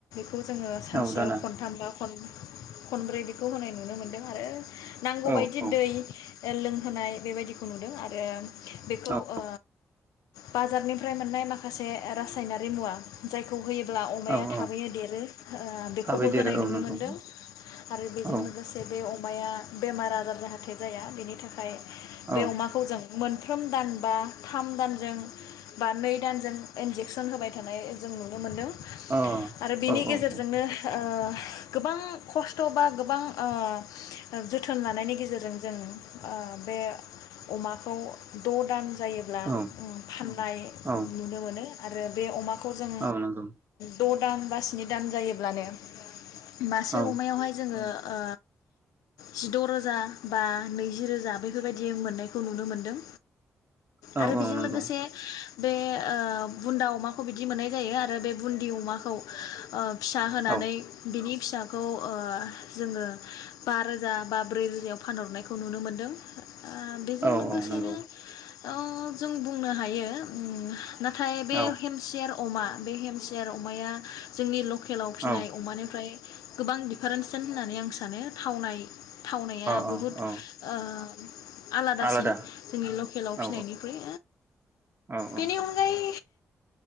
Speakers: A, on the left (about 80°); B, on the right (about 40°).
A: खौ जोङो सानसेयाव
B: औ दाना
A: खनथाम गाब खन-खनब्रै बेखौ होनाय नुनो मोनदों आरो। नांगौ
B: औ
A: बायदि
B: औ
A: दै ओ लों होनाय बेबायदिखौ नुदों आरो बेखौ
B: औ
A: ओ बाजारनिफ्राय मोननाय माखासे रासायनारि मुवा जायखौ होयो अब्ला अमाया
B: औ
A: थाबैनो
B: औ
A: देर आरो ओ बेखौबो
B: थाबै देरो
A: होनाय
B: औ
A: नुनो
B: नंगौ
A: मोनदों आरो बेजों
B: औ
A: लोगोसे बे अ अमाया बेमार आजार जाहाथे जाया बेनि थाखाय
B: औ
A: बे अमाखौ जों मोनफ्रोम दानबा थाम दानजों बा नै दानजों इनजेकसन होबाय थानाय जों नुनो मोनदों।
B: अ
A: आरो बेनि गेजेरजोंनो
B: औ औ
A: ओ गोबां खस्थ' बा गोबां ओ जोथोन लानायनि गेजेरजों जों ओ बे अमाखौ द' दान जायोब्ला ओ
B: औ
A: फाननाय
B: औ
A: नुनो मोनो। आरो बे अमा खौ जों
B: औ नंगौ
A: द' <unintelligible> नै दान जायोब्लानो मासे
B: औ
A: अमायावहाय जोङो ओ जिद' रोजा बा नैजि रोजा बैफोरबायदि मोननायखौ नुनो मोनदों।
B: औ
A: आरो
B: औ
A: बेजों
B: नंगौ
A: लोगोसे स बे ओ बुन्दा अमाखौ बिदि मोननाय जायो आरो बे बुन्दि अमा औ ओ फिसा होनानै
B: औ
A: बिनि फिसाखौ ओ जोङो बा रोजा बा ब्रै रोनायाव फानहरनायखौ नुनो मोनदों ओ बेजों
B: औ
A: लोगोसेनो
B: औ नंगौ
A: अ जों बुंनो हायो ओम नाथाय बे
B: औ
A: हेमसियार अमा बे हेमसियार अमाया जोंनि लकेल केलाव फिनाय
B: औ
A: अमानिफ्राय गोबां दिफारेन्सेन होननानै आं सानो थावनाय थावनाया
B: औ
A: बहुद
B: औ
A: ओ आलादासिन
B: आलादा
A: जोंनि लकेलाव
B: औ
A: फिनायनिख्रुइ
B: औ औ
A: बेनि अनगायै